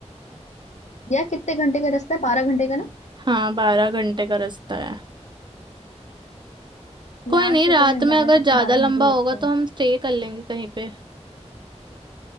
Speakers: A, on the left; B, on the right.
A: यार कितने घंटे का रास्ता है बारह घंटे का ना
B: हाँ बारह घंटे का रास्ता है
A: यहाँ
B: कोई नहीं
A: से
B: रात
A: तो हम जाने
B: में अगर
A: तक
B: ज्यादा
A: तो बारह
B: लंबा
A: घंटे ही लगते
B: होगा
A: हैं
B: तो हम स्टे कर लेंगे कहीं पे